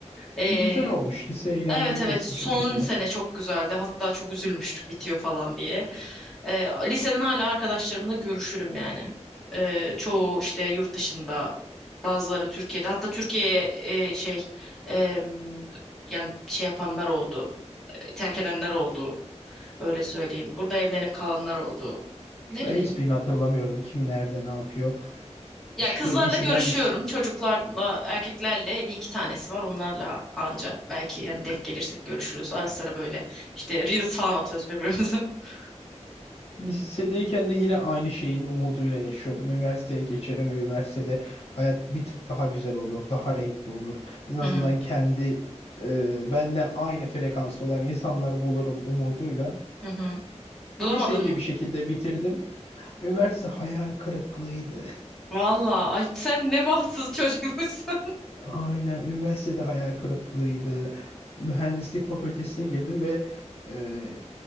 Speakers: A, in the centre; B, on the left (about 55°).
A: E,
B: E, güzel olmuş. Lise eğlenceli
A: evet evet
B: geçmiş
A: son
B: en azından.
A: sene çok güzeldi. Hatta çok üzülmüştük bitiyor falan diye. E, liseden hala arkadaşlarımla görüşürüm yani. E, çoğu işte yurt dışında, bazıları Türkiye'de. Hatta Türkiye'ye e, şey e, yani şey yapanlar oldu, terk edenler oldu. Öyle söyleyeyim. Burada evlenip kalanlar oldu. Ne
B: Ben
A: bileyim.
B: hiçbirini hatırlamıyorum. Kim nerede ne yapıyor.
A: Ya
B: İşte
A: kızlarla
B: liseden
A: görüşüyorum. Çocuklarla, erkeklerle bir iki tanesi var. Onlarla anca belki yani denk gelirsek görüşürüz. Ara sıra böyle işte reels falan atıyoruz birbirimize. <laughs>
B: lisedeyken de yine aynı şeyin umuduyla yaşıyordum. Üniversiteye geçerim ve üniversitede hayat bir tık daha güzel olur. Daha renkli olur. En azından
A: Hı hı.
B: kendi e, benle aynı frekansta olan insanları bulurum umuduyla.
A: Hı hı. Bulamadın
B: Liseyi
A: mı?
B: de bir şekilde bitirdim. Üniversite hayal kırıklığıydı.
A: Vallahi ay sen ne bahtsız çocukmuşsun. <laughs>
B: Aynen üniversitede hayal kırıklığıydı. Mühendislik fakültesine girdim ve e,